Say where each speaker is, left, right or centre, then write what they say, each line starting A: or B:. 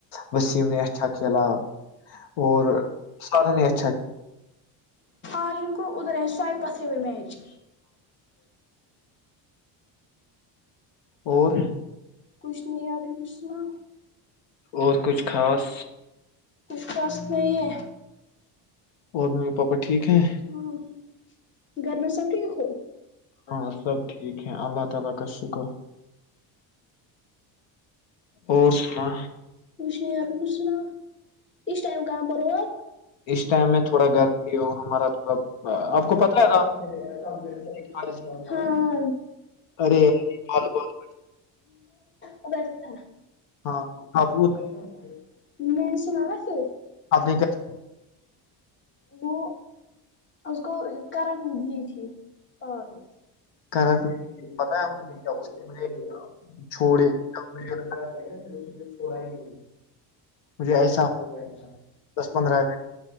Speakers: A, on the left; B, on the left.
A: وسیم نے اچھا کلا اور سھن ہی اچھاا
B: آج ان کو ادھر ہیں سوائے پتھر ہوئے میچ
A: اور
B: کچھ نہیں ہے ابھی کچھ نا
A: اور کچھ خاص
B: وشواس نہیں ہے
A: اور ممی پاپا ٹھیک ہیں
B: ہاں گھر میں سب تھییک ہو
A: <unintelligible> اور سنا
B: کوچھ نہیں آپ ہی کچھ سنا اس ٹائم کہاں پر ہو آپ
A: اس ٹائم میں تھوڑا گھر بھی ہوں ہمارا تھوڑا آپ کو
B: <unintelligible>
A: پتہ ہے رات
B: ہاں ہاں
A: ارے کال کال
B: ادج سا <unintelligible>
A: ہاں
B: میں
A: آپ کو
B: نے سناا پھر <unintelligible>
A: آپ نے کیا
B: وہ اس کو کرنٹ دی تھی پاور نے <unintelligible>
A: کرا
B: ا نہیں نہیں پتا
A: ہے
B: کیا
A: اس نے مجھے
B: گا <unintelligible>
A: چھوڑے مجھے
B: چڑےا چوڑا ہی گ <unintelligible>
A: مجھے ایسا
B: ساپ رہ تھاس
A: دس پندرہ
B: رہ